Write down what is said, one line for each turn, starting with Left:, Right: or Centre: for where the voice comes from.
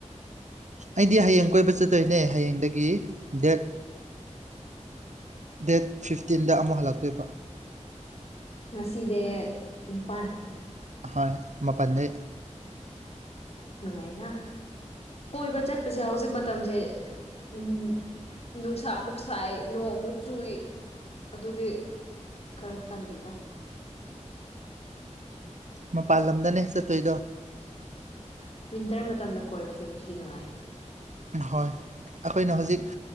Right: ꯑꯩꯗꯤ ꯍꯌꯦꯡ ꯀꯣꯏꯕ ꯆꯠꯇꯣꯏꯅꯦ ꯍꯌꯦꯡꯗꯒꯤ ꯗꯦꯠ ꯗꯦꯠ ꯐꯤꯐꯇꯤꯟꯗ ꯑꯃꯨꯛ ꯍꯜꯂꯛꯇꯣꯏꯕ
Left: ꯉꯁꯤꯗꯤ ꯅꯤꯄꯜ
Right: ꯍꯣꯏ ꯃꯄꯥꯟꯗꯦ
Left: ꯅꯨꯡꯉꯥꯏꯅ ꯀꯣꯏꯕ ꯆꯠꯄꯁꯦ ꯍꯧꯖꯤꯛ ꯃꯇꯝꯁꯦ ꯎꯝ ꯅꯨꯡꯁꯥꯃꯨꯛ ꯁꯥꯏ ꯅꯣꯡꯃꯨꯛ ꯆꯨꯏ ꯑꯗꯨꯒꯤ ꯈꯔ ꯇꯜꯂꯗ
Right: ꯃꯄꯥꯟ ꯂꯝꯗꯅꯦ ꯆꯠꯇꯣꯏꯗꯣ
Left: ꯎꯝ ꯋꯤꯟꯇꯔ ꯃꯇꯝꯗ ꯀꯣꯏꯕ ꯆꯠꯄꯁ ꯅꯨꯡꯉꯥꯏ
Right: ꯍꯣꯏ ꯑꯩꯈꯣꯏꯅ ꯍꯧꯖꯤꯛ